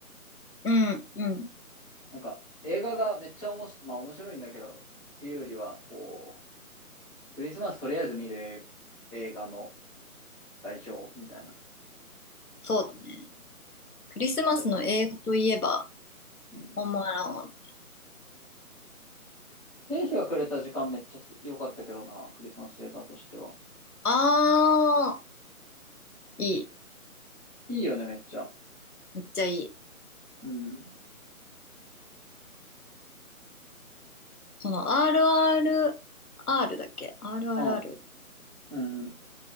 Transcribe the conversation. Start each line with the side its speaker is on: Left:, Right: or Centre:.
Left: うん、うん、
Centre: なんか、映画がめっちゃおもし、まあ面白いんだけど、っていうよりは、こう、クリスマスとりあえず見る映画の代表みたいな。
Left: そうだね。クリスマスの映画といえば、
Centre: あるうん。
Left: ホームアローンだね。
Centre: 天使がくれた時間めっちゃ良かったけどな、クリスマス映画としては。
Left: あー、いい。
Centre: いいよね、めっちゃ。
Left: めっちゃいい。
Centre: うん。
Left: その RRR だっけ ?RRR
Centre: うん。うん。